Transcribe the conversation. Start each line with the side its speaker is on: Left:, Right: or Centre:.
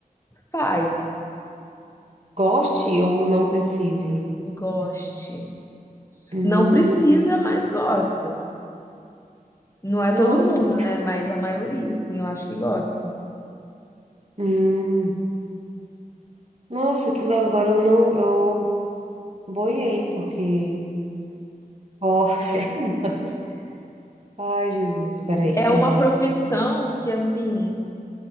Left: faz.
Right: goste ou não precise?
Left: Goste.
Right: Hum,
Left: Não precisa, mas gosta. Não é
Right: nossa,
Left: todo mundo, né? Mas a maioria, assim, eu acho que gosta.
Right: hum, nossa, aquilo agora eu não, eu boiei, porque Forças. <laughs> Ai, Jesus, peraí.
Left: É
Right: É,
Left: uma profissão que, assim,